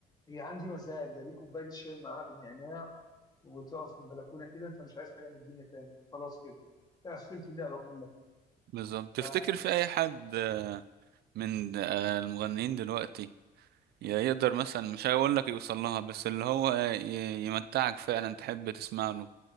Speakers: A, on the left (about 25°); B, on the right (about 70°).
A: هي عندي مزاج ده بيه كوبايه الشاي معاها بالنعناع وتقف في البلكونه كده انت مش عايز حاجه من الدنيا تاني أنت خلاص كده أنت قفلت اللعبه كلها
B: بالظبط
A: ف-
B: تفتكر في أي حد آه، من آه، المغنيين دلوقتي ي- يقدر مثلا مش هيقول لك يوصل لها بس اللي هو ي- يمتعك فعلا تحب تسمع له